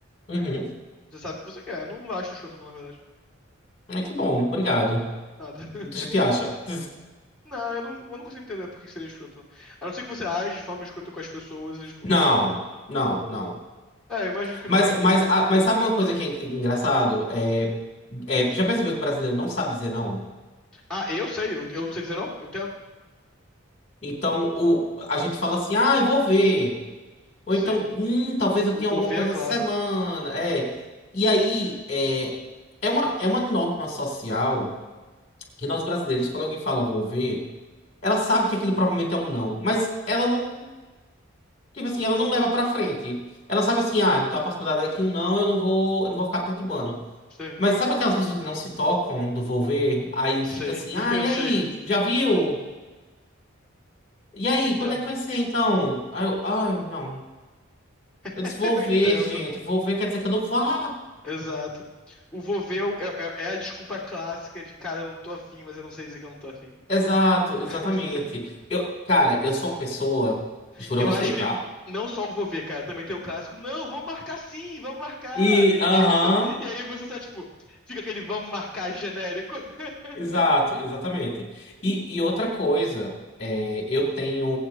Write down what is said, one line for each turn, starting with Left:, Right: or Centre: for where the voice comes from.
Left: Uhum.
Centre: Você sabe o que você quer. Eu não acho escroto, não, na verdade.
Left: É que bom, obrigado.
Centre: Nada.
Left: Muita
Centre: <laughs>
Left: gente acha. <laughs>
Centre: Não, eu não, eu não consigo entender por que seria escroto, não. A não ser que você age de forma escrota com as pessoas e, tipo.
Left: Não, não, não.
Centre: É, eu imagino que
Left: Mas,
Centre: não, então.
Left: mas, ah, mas sabe uma coisa que é en- engraçado? É, é, já percebeu que o brasileiro não sabe dizer não?
Centre: Ah, eu sei, eu, eu não sei dizer não? Eu entendo?
Left: Então, o, a gente fala assim, ah, eu vou ver. Ou
Centre: Sim.
Left: então, hum, talvez eu
Centre: O
Left: tenha
Centre: vou
Left: alguma
Centre: ver
Left: coisa
Centre: é clássico.
Left: essa semana. É. E aí, é, é uma, é uma norma social que nós brasileiros, quando alguém fala vou ver, ela sabe que aquilo provavelmente é um não, mas ela não. Tipo assim, ela não leva pra frente. Ela sabe assim, ah, então a possibilidade é que um não, eu não vou, eu não vou ficar perturbando.
Centre: Sim.
Left: Mas sabe aquelas pessoas que não se tocam do vou ver? Aí
Centre: Sei.
Left: fica assim,
Centre: <laughs>
Left: ah,
Centre: Eu
Left: e
Centre: sei.
Left: aí, já viu? E aí,
Centre: Entendo.
Left: quando é que vai ser então? Aí eu, ai, não. Eu disse,
Centre: <laughs>
Left: vou
Centre: Eu
Left: ver,
Centre: entendo.
Left: gente, vou ver, quer dizer que eu não vou. Ah,
Centre: Exato. O vou ver é, o- é- é a desculpa clássica de, cara, eu não tô afim, mas eu não sei dizer que eu não tô afim.
Left: exato, exatamente.
Centre: <laughs>
Left: Eu, cara, eu sou uma pessoa, juro
Centre: Eu
Left: a você,
Centre: acho que
Left: tá?
Centre: não só o vou ver, cara, também tem o clássico, não, vamos marcar sim, vamos marcar.
Left: E,
Centre: E,
Left: aham,
Centre: e aí você, e aí você só, tipo, fica aquele vamos marcar genérico. <laughs>
Left: exato, exatamente. E, e outra coisa, é, eu tenho